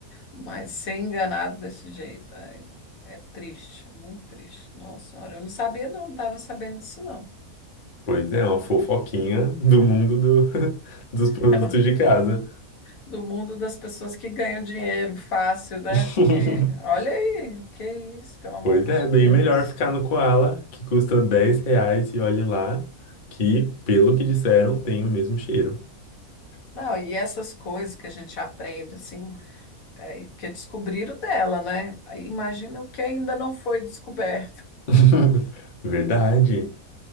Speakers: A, on the left; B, on the left.
A: Mas ser enganado desse jeito é, é triste, muito triste. Nossa senhora, eu não sabia, não, não estava sabendo disso, não.
B: Pois é, uma fofoquinha do mundo do- <laughs> dos produtos
A: <laughs>
B: de casa.
A: do mundo das pessoas que ganham dinheiro fácil, né?
B: <laughs>
A: Porque olha aí, que isso, pelo amor
B: Pois é,
A: de
B: bem
A: Deus.
B: melhor ficar no Koala, que custa 10 reais e olhe lá, que, pelo que disseram, tem o mesmo cheiro.
A: Não, e essas coisas que a gente aprende, assim, é, que descobriram dela, né? Aí Imagina o que ainda não foi descoberto,
B: <laughs> Verdade.